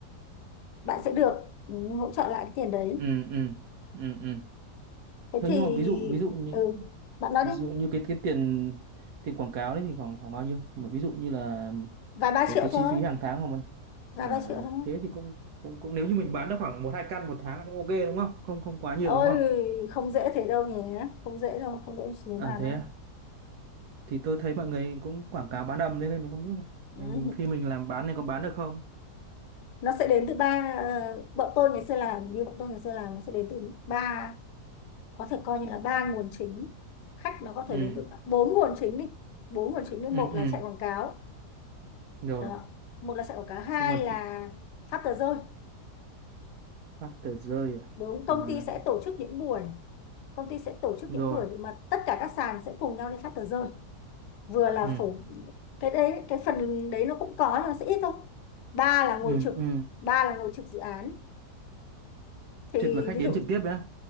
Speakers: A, on the left; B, on the right.
A: bạn sẽ được ừ, hỗ trợ lại cái tiền đấy
B: ừ ừ ừ
A: thế
B: Thế
A: thì
B: nhưng mà ví dụ ví dụ như
A: ừ bạn nói
B: ví
A: đi
B: dụ như cái cái tiền tiền quảng cáo đấy thì khoảng khoảng bao nhiêu? Mà ví dụ như là
A: vài ba
B: cái
A: triệu
B: cái
A: thôi
B: chi phí hàng tháng của mình
A: vài
B: à,
A: ba triệu thôi
B: thế thì cũng cũng cũng nếu như mình bán được khoảng một hai căn một tháng là cũng ok đúng không? Không không quá nhiều
A: ôi
B: đúng không?
A: không dễ thế đâu nhỉ không dễ đâu không dễ xuống
B: À
A: bàn
B: thế
A: đâu
B: à? Thì tôi thấy mọi người cũng quảng cáo bán đầm nên là mình không biết là
A: <laughs> ừ.
B: mình khi mình làm bán này có bán được không?
A: nó sẽ đến từ ba ờ, bọn tôi ngày xưa làm như bọn tôi ngày xưa làm nó sẽ đến từ ba có thể coi như là ba nguồn chính khách nó có
B: Ừ
A: thể đến từ ba- bốn nguồn chính đi bốn nguồn chính đi
B: ừ
A: một
B: ừ
A: là chạy quảng cáo
B: rồi
A: Đó. Một là chạy quảng cáo, hai
B: nhưng mà
A: là phát tờ rơi.
B: phát tờ rơi à,
A: Đúng, công
B: à
A: ty sẽ tổ chức những buổi, công ty sẽ tổ chức
B: rồi
A: những buổi mà tất cả các sàn sẽ cùng nhau đi phát tờ rơi. Vừa là
B: ừ
A: phổ cái đấy cái phần đấy nó cũng có nhưng mà sẽ ít thôi. Ba là ngồi
B: ừ
A: trực,
B: ừ
A: ba là ngồi trực dự án. Thì
B: trực là khách
A: ví
B: đến
A: dụ
B: trực tiếp đấy á?